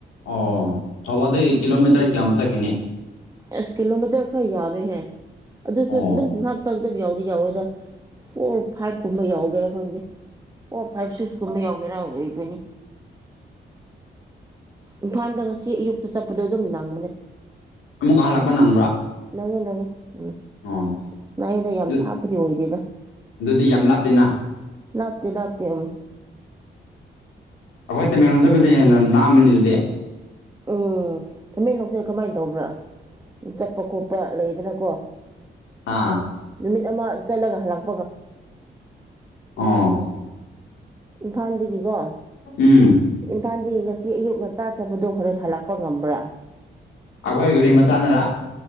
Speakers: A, on the left; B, on the right.
A: ꯑꯣ ꯁꯕꯥꯗꯤ ꯀꯤꯂꯣꯃꯤꯇꯔ ꯀꯌꯥ ꯑꯃꯠꯇ ꯈꯅꯤ
B: ꯑ ꯀꯂꯣꯃꯤꯇꯔ ꯈꯥꯏ ꯌꯥꯕꯦ ꯍꯥꯏꯦ ꯑꯗꯨꯁꯨ
A: ꯑꯣ
B: ꯑꯗꯨꯝ ꯉꯥꯏꯍꯥꯛ ꯇꯥꯛꯛꯇꯕ ꯌꯥꯎꯗꯤ ꯌꯥꯎꯋꯦꯗ ꯐꯣꯔ ꯐꯥꯏꯚ ꯀꯨꯝꯕ ꯌꯥꯎꯒꯦꯔꯥ ꯈꯪꯗꯦ ꯑꯣ ꯐꯥꯏꯚ ꯁꯤꯛꯁꯀꯨꯝꯕ ꯌꯥꯎꯒꯦꯔꯥ ꯑꯣꯏꯒꯅꯤ ꯏꯝꯐꯥꯜꯗ ꯉꯁꯤ ꯑꯌꯨꯛꯇ ꯆꯠꯄꯗꯣ ꯑꯗꯨꯝ ꯅꯪꯕꯅꯦ
A: ꯑꯃꯨꯛꯀ ꯍꯜꯂꯛꯄ ꯅꯪꯕ꯭ꯔꯥ
B: ꯅꯪꯉꯦ ꯅꯪꯉꯦ ꯎꯝ
A: ꯑꯣ
B: ꯅꯏꯗ ꯌꯥꯝ
A: ꯑꯗꯨ
B: ꯊꯥꯞꯄꯗꯤ ꯑꯣꯏꯗꯦꯗ
A: ꯑꯗꯨꯗꯤ ꯌꯥꯝ ꯂꯥꯞꯇꯦꯅ
B: ꯂꯞꯇ ꯂꯞꯇ ꯎ
A: ꯑꯩꯈꯣꯏ ꯇꯃꯦꯦꯟ ꯂꯣꯟꯖꯕꯗ ꯍꯦꯟꯅ ꯂꯥꯛꯑꯝꯕꯅꯤ ꯑꯗꯨꯗꯤ
B: ꯎꯝ ꯊꯃꯦꯦꯟꯡꯂꯣꯡꯁꯦ ꯀꯃꯥꯏꯅ ꯇꯧꯕ꯭ꯔꯥ ꯆꯠꯄ ꯈꯣꯠꯄ ꯂꯩꯗꯅꯀꯣ
A: ꯑꯥ
B: ꯃꯤꯠ ꯑꯃ ꯆꯠꯂꯒ ꯍꯔꯄ
A: ꯑꯣꯥ
B: ꯏꯝꯐꯥꯜꯗꯒꯤꯀꯣ
A: ꯎꯝ
B: ꯏꯝꯐꯥꯜꯗꯒꯤ ꯉꯁ ꯁꯤ ꯑꯌꯨꯛ ꯉꯟꯇꯥ ꯆꯕꯗꯣ ꯍꯣꯔꯦꯟ ꯍꯜꯂꯛꯄ ꯉꯝꯕ꯭ꯔꯥ
A: ꯑꯩꯈꯣꯏ ꯒꯥꯔꯤ ꯃꯆꯥꯥꯟꯅꯔꯥ